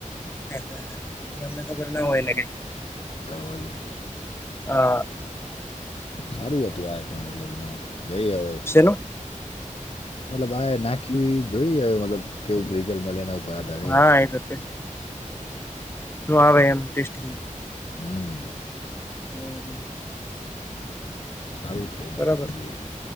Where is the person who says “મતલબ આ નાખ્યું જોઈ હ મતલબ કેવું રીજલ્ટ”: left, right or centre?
Left